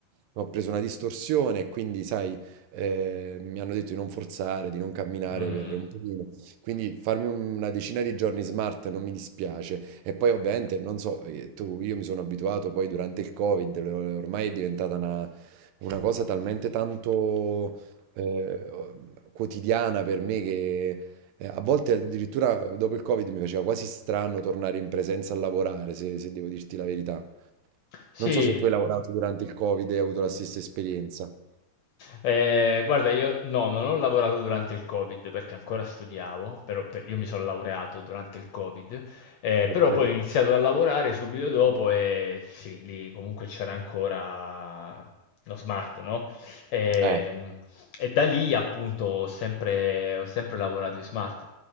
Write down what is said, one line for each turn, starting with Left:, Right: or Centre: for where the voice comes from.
Right: ho preso una distorsione e quindi, sai, eh, mi hanno detto di non forzare, di non camminare
Left: Mhmm,
Right: per un pochino. Quindi farmi un- una decina di giorni smart non mi dispiace. E poi ovviamente, non so, eh, tu, io mi sono abituato poi durante il Covid, lo- ormai è diventata una, una cosa talmente tanto eh, quotidiana per me che... eh, A volte addirittura dopo il Covid mi faceva quasi strano tornare in presenza a lavorare, se se devo dirti la verità.
Left: sì.
Right: Non so se tu hai lavorato durante il Covid e hai avuto la stessa esperienza.
Left: Ehm, guarda io no, non ho lavorato durante il Covid perché ancora studiavo, però pe io mi son laureato durante il Covid, ehm,
Right: Ok.
Left: però poi ho iniziato a lavorare subito dopo e sì, lì comunque c'era ancora lo smart, no, ehm,
Right: Eh,
Left: e da lì appunto ho sempre ho sempre lavorato in smart.